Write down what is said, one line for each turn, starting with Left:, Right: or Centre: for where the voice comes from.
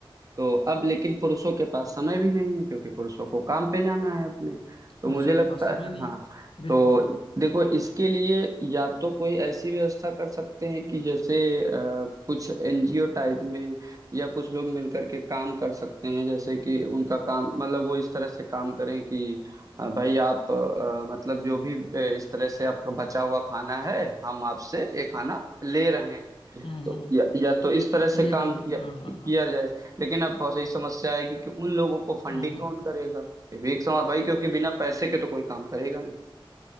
Right: तो अब लेकिन पुरुषों के पास समय भी नहीं है क्योंकि पुरुषों को काम पे जाना है अपने तो
Left: पुरुषों
Right: मुझे लगता
Left: के पास समय
Right: है
Left: नहीं
Right: हाँ
Left: है बिल्कुल
Right: तो देखो इसके लिए या तो कोई ऐसी व्यवस्था कर सकते हैं कि जैसे अ, कुछ एनजीओ टाइप में या कुछ लोग मिलकर के काम कर सकते हैं जैसे कि उनका काम मतलब वो इस तरह से काम करें कि अ, भाई आप अ, मतलब जो भी अ, इस तरह से आपका बचा हुआ खाना है हम आपसे ये खाना ले रहे हैं
Left: हम्म
Right: तो
Left: हम्म
Right: या, या तो इस तरह से
Left: ले
Right: काम
Left: लेंगे
Right: किया
Left: हाँ हाँ
Right: किया
Left: हाँ
Right: जाए लेकिन अब बहुत सही समस्या आएगी कि उन लोगों को फंडिंग
Left: हम्म हम्म
Right: कौन करेगा ये भी एक समझ भाई क्योंकि बिना पैसे के तो कोई काम करेगा नहीं